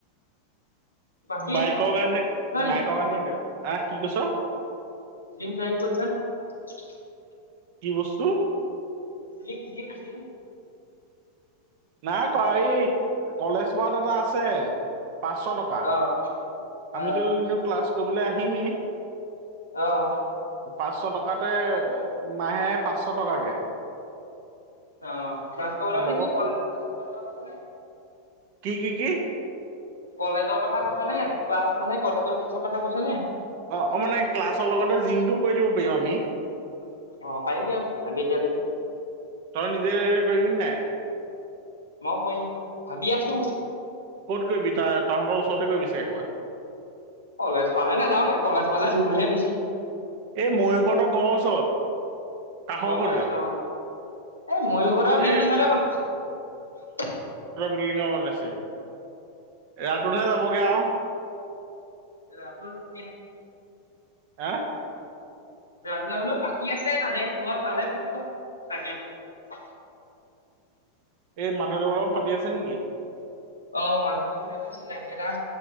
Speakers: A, on the left; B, on the right.
A: বাকী
B: মাইকৰ কাৰণে,
A: নি
B: মাইকৰ কাৰণে আহ কি কৈছ?
A: জিম জইন কৰিছা নে?
B: কি বস্তু?
A: জিং জিং জিং।
B: নাই কোৱা এই কলেজ ৱাত এটা আছে পাঁচশ টকা।
A: অ
B: আমিতো
A: অ
B: এনে ক্লাছ কৰিবলৈ আহিমেই।
A: আহ
B: পাঁচশ টকাতে মাহে পাঁচশ টকাকে।
A: <unintelligible>
B: ল'ব কি কি কি?
A: কলেজৰ কথা কৈছে নে ক্লাছ মানে কলেজৰ ক্লাছৰ কথা কৈছ নে?
B: অ অ মানে ক্লাছৰ লগতে জিমটোও কৰি দিব পাৰিম আমি।
A: অ পাৰিবি আবেলি আবেলি।
B: তই নিজে কৰিব নে নাই?
A: মই কৰিম ভাবি আছো।
B: ক'ত কৰিবি তাৰ তাহঁতৰ ওচৰতে কৰিবি চাগে কৰবাত?
A: কলেজ পালে নাযাওঁগে কলেজ পালে দূৰ হে বেছি।
B: এই ময়ূহঁতৰ ঘৰ ওচৰত। কাষৰ
A: গম
B: ঘৰটোৱে
A: পাইছো অ। এই ময়ূৰহতৰ
B: এই
A: বিল্ডিংতে বনাইছো এইটো।
B: বিল্ডিংত ওপৰত আছে, ৰাততহে যাবগে আৰু।
A: ৰাত থাকে।
B: হা
A: ৰালা বোলো পাতি আছে তাতে ক'ল পালে পুহিব চাগে <unintelligible>
B: এই মাধৱদেৱ লগত পাতি আছে নেকি। <unintelligible>
A: অ মাজতে প চ নাই আ